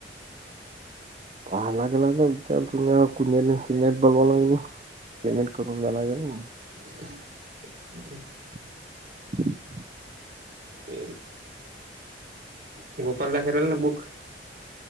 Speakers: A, on the right; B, on the right.
A: पाहायला गेला विचार तु कुट बोलवाव लागल. पेमेंट करून जाणार काय नाही मग
B: <unintelligible>
A: <inaudible>
B: ते अ गोपाल दा करल ना बुक